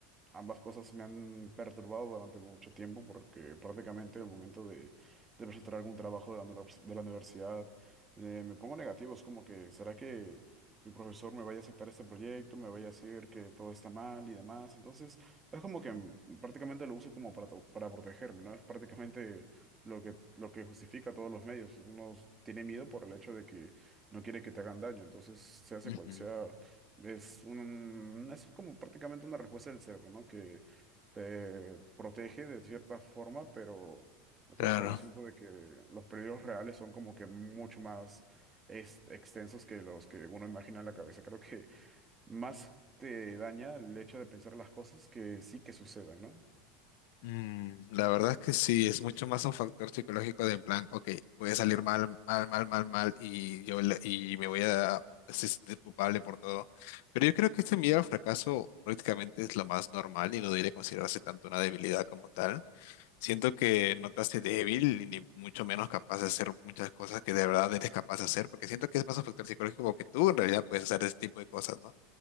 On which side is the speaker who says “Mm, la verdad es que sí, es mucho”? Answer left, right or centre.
Left